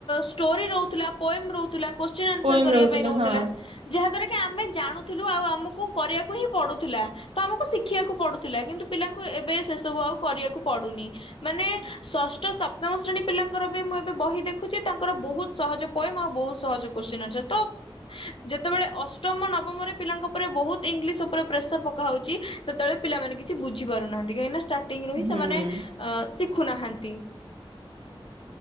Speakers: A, on the left; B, on the right.
A: ଷ୍ଟୋରି ରହୁଥିଲା, ପୋଏମ ରହୁଥିଲା। କୋଶଚିନ, ଆନ୍ସର
B: ପୋଏମ
A: କରିବା ପାଇଁ ରହୁଥିଲା।
B: ହଁ।
A: ଯାହା ଦ୍ଵାରା କି ଆମେ ଜାଣୁଥିଲୁ ଆଉ ଆମକୁ କରିବାକୁ ହିଁ ପଡୁଥିଲା। ତ ଆମକୁ ଶିଖିବାକୁ ପଡୁଥିଲା। କିନ୍ତୁ ପିଲାଙ୍କୁ ଏବେ ସେ ସବୁ ଆଉ କରିବାକୁ ପଡୁନି। ମାନେ ଷଷ୍ଠ, ସପ୍ତମ ଶ୍ରେଣୀ ପିଲାଙ୍କର ବି ମୁଁ ଏବେ ବହି ଦେଖ ଦେଖୁଛି ତାଙ୍କର ବହୁତ ସହଜ ପୋଏମ ଆଉ ବହୁତ ସହଜ କୋଶଚିନ ଅଛି। ତ ଯେତେବେଳେ ଅଷ୍ଟମ, ନବମରେ ପିଲାଙ୍କ ଉପରେ ବହୁତ ଇଂଲିଶ ଉପରେ ପ୍ରେସର ପକା ହଉଛି ସେତେବେଳେ ପିଲମାନେ କିଛି ବୁଝି ପାରୁନାହାନ୍ତି। କାହିଁକିନା ଷ୍ଟା ଷ୍ଟାଟିଙ୍ଗ ରୁ ହିଁ
B: ହୁଁ
A: ସେମାନେ ଅ ଶିଖୁନାହାନ୍ତି।